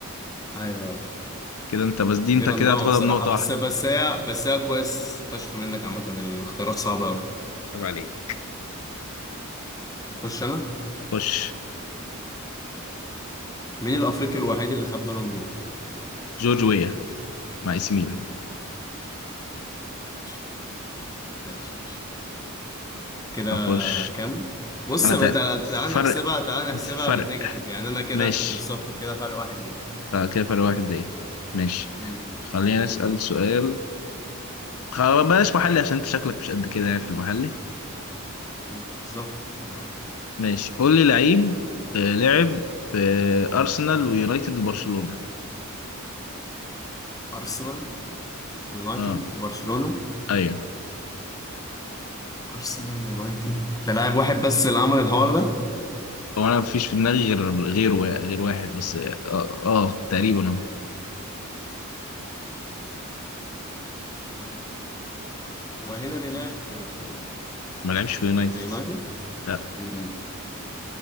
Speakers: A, on the left; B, on the left.
A: ايوه
B: كده انت بس دي
A: دي
B: انت
A: رندمة
B: كده هتاخدها
A: بصراحة
B: بنقطة
A: بس
B: واحدة
A: بس هي بس هي كويس فشخ منك عامة الاختيارات صعبة قوي
B: عيب عليك
A: خش انا
B: خش
A: مين الافريقي الوحيد اللي خد بالون دور
B: جورج ويا مع اي ميلان
A: ماشي ماشي ماشي كده
B: اخش
A: كام بص
B: انا
A: بقى
B: تالت
A: تعالى
B: فرق
A: تعالى نحسبها تعالى نحسبها
B: فرق
A: بالنيجاتيف يعني انا كده
B: ماشي
A: بالظبط كده فرق واحد ليك
B: آه، كده فرق واحد دقيقة ماشي
A: امم
B: خلينا نسأل سؤال خ- بلاش محلي عشان انت شكلك مش قد كده يعني في المحلي
A: بالظبط اه
B: ماشي قول لي لعيب آه، لعب في أرسنال ويونايتد وبرشلونة
A: ارسنال يونايتد
B: اه
A: وبرشلونة
B: ايوه
A: ارسنال يونايتد ده لاعب واحد بس اللي عمل الحوار ده
B: هو انا مفيش في دماغي غير غير وا- غير واحد بس اه, آه تقريبا اه
A: مش عارف مين. هو هنري لعب في في
B: ما لعبش في يونايتد
A: في يونايتد
B: لا
A: امم